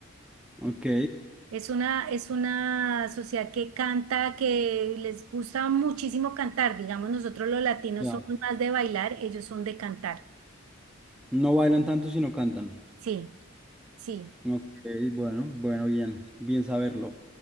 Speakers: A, in the centre; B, on the right (about 85°).
A: ok,
B: Es una, es una sociedad que canta, que les gusta muchísimo cantar. Digamos, nosotros los latinos
A: ya.
B: somos más de bailar, ellos son de cantar.
A: No bailan tanto, sino cantan.
B: Sí, sí.
A: Ok, bueno, bueno, bien, bien saberlo.